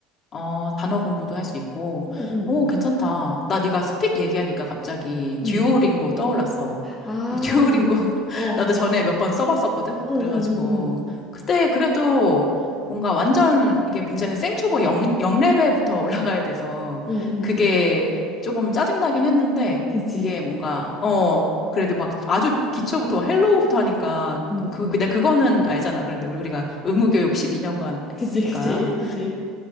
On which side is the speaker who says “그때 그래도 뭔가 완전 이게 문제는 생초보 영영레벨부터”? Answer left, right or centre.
Left